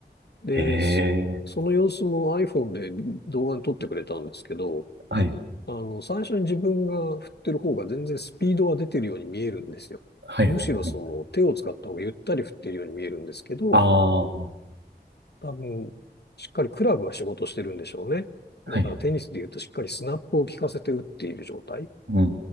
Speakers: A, on the left; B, on the right.
A: で、
B: ええー
A: そその様子も iPhone で動画に撮ってくれたんですけど、
B: はい。
A: あの、最初に自分が振ってる方が全然スピードは出てるように見えるんですよ。
B: はいはいはい。
A: むしろその手を使った方がゆったり振ってるように見えるんですけど、
B: ああ、は
A: 多分、しっかりクラブは仕事してるんでしょうね。
B: いはい。
A: だからテニスで言うとしっかりスナップを効かせて打っている状態。
B: うん